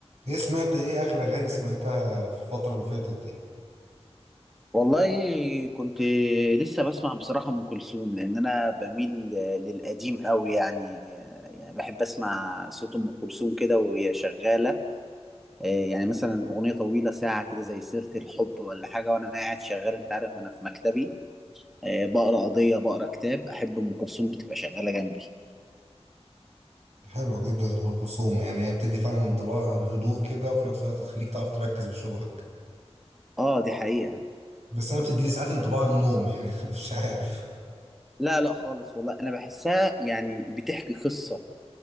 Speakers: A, on the right (about 80°); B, in the centre.
A: ايه سمعت ايه اخر اغاني سمعتها في الفترة اللي فاتت دي
B: والله كنت لسه بسمع بصراحة أم كلثوم لأن أنا بميل للقديم قوي يعني يعني بحب أسمع صوت أم كلثوم كده وهي شغالة إيه يعني مثلا أغنية طويلة ساعة كده زي سيرة الحب ولا حاجة وأنا قاعد شغال أنت عارف أنا في مكتبي إيه، بقرأ قضية بقرأ كتاب أحب أم كلثوم تبقى شغالة جنبي
A: حلوة جدا ام كلثوم يعني هي بتدي فعلا انطباع هدوء كده وفي نفس الوقت بتخليك تعرف تركز في شغلك
B: آه دي حقيقة
A: بس انا بتديلي ساعات انطباع النوم يعني <laughs> مش عارف
B: لا لا خالص والله أنا بحسها يعني بتحكي قصة